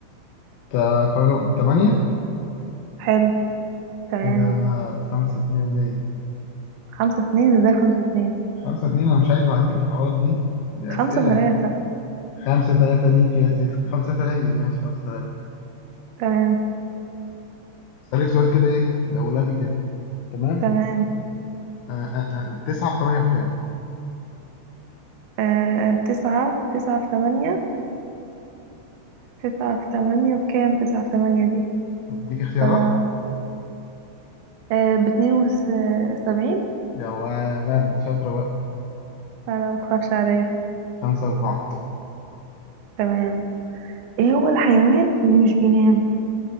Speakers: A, on the left (about 85°); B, on the right (about 75°).
A: تا- كوكب تمانية
B: حلو تمام
A: كده خمسة اتنين ليه
B: خمسة اتنين ازاي خمسة اتنين
A: خمسة اتنين أنا مش هكدب عليك في الحوارات دي دي
B: خمسة
A: أسئلة
B: تلاتة
A: خمسة تلاتة ليك يا ستي خمسة تلاتة ليا، ماشي خمسة تلاتة
B: تمام
A: أسألك سؤال كده ايه لولبي كده تمام
B: تمام
A: آه آه آه. تسعة في تمانية بكام؟
B: آه تسعة تسعة في تمانية تسعة في تمانية بكام تسعة في تمانية دي
A: أديك اختيارات
B: برا آه باتنين وسبعين
A: يا ولد شاطرة بقى
B: لا لا متخافش عليا
A: خمسة أربعة
B: تمام ايه هو الحيوان اللي مش بينام